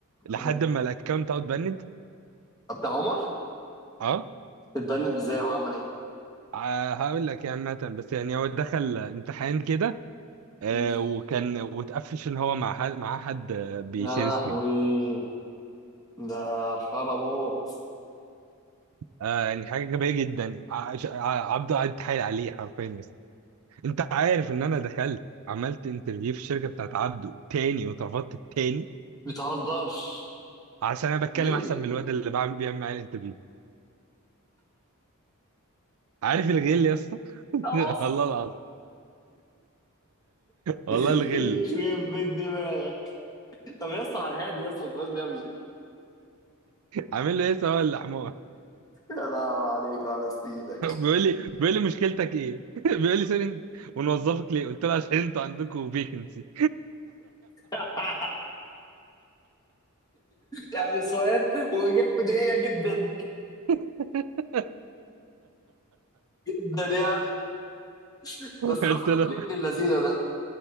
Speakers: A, on the right; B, on the left.
A: لحد
B: اه
A: ما الاكونت اوت بند
B: بتاع عمر
A: اه
B: اتبند ازاي وعمل ايه
A: ع- هقول لك يعني مثلا بس يعني هو دخل امتحان كده آه،
B: م.
A: وكان واتقفش ان هو مع حد مع حد آه، بيشير
B: يا لهوي
A: سكرين
B: ده خرموط
A: آه، يعني حاجه غبيه جدا ع- ش- ع- عبده قعد يتحايل عليه حرفيا بس انت عارف ان انا دخلت عملت انترفيو في الشركه بتاعت عبده تاني واترفضت التاني
B: بتهزرش
A: عشان انا بتكلم
B: ليه؟
A: احسن من الواد اللي بعمل بيعمل معايا الانترفيو عارف الغل يا اسطى <laughs>
B: خلاص
A: والله العظيم والله
B: <laughs>
A: الغل
B: يخرب بيت دماغك طب يا اسطى على الهادي يا اسطى ما تبقاش غبي
A: عامل له ايه سواء الحمار
B: يا لهوي عليك وعلى سنينك
A: <laughs> بيقول لي بيقول لي مشكلتك ايه؟ <laughs> بيقول لي سوري انت- ونوظفك ليه؟ قلت له عشان انتوا عندكم فيكنسي
B: <laughs> يعني سؤال وإجابة بدقيقة جدا
A: <laughs>
B: جدا يعني بس
A: قلت
B: رفضك
A: له
B: ليه ابن اللذينه ده